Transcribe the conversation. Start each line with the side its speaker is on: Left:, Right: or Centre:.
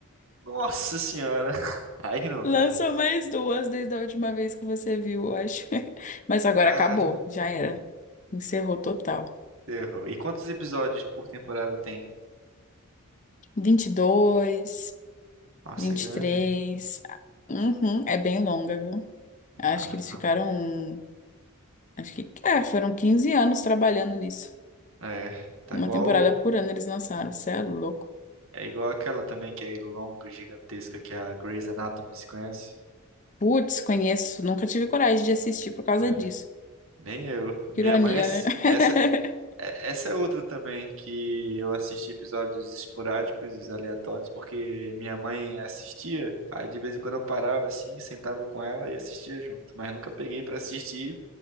Right: Nossa senhora, <laughs> aí não
Left: Lançou
Right: dá.
Left: mais duas desde a última vez que você viu, eu acho. <laughs> Mas agora
Right: Cara,
Left: acabou, já era. Encerrou total.
Right: errou. E quantos episódios por temporada tem?
Left: 22,
Right: Nossa,
Left: 23.
Right: é grande.
Left: Uhum, é bem longa, viu? Acho
Right: Ah,
Left: que eles
Right: não.
Left: ficaram. um, Acho que é, foram 15 anos trabalhando nisso.
Right: É, tá
Left: Uma
Right: igual.
Left: temporada por ano eles lançaram. Você é louco.
Right: É igual aquela também que é longa, gigantesca, que é a Grey's Anatomy, se conhece?
Left: Putz, conheço. Nunca tive coragem de assistir por causa
Right: É,
Left: disso.
Right: nem eu. Minha
Left: Ironia,
Right: mãe, é s-
Left: né? <laughs>
Right: essa, é- essa é outra também, que eu assisti episódios esporádicos, aleatórios, porque minha mãe assistia, aí de vez em quando eu parava assim, sentava com ela e assistia junto, mas nunca peguei pra assistir,